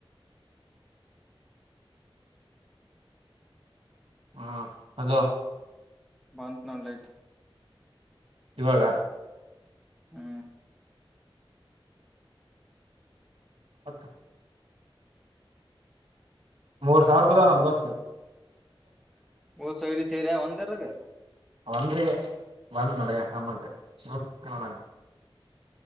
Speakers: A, on the right; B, in the centre.
A: ಹ ಹಲೋ
B: ಬಂದ ನೋಡ ಲೈಟ್
A: ಇವಾಗ
B: ಹ್ಮ
A: ಹತ್ತು ಮೂರ ಸಾವ ರಪದ ನ ಬಸ್
B: ಹಊ ಸಲಿಿ ಸೇರಿಯ ಒಂದರದ
A: ವಂದ್ರಯ ಬಂದ ನಡೆಯ ಹಮಕ ಸಪಣ ನಂ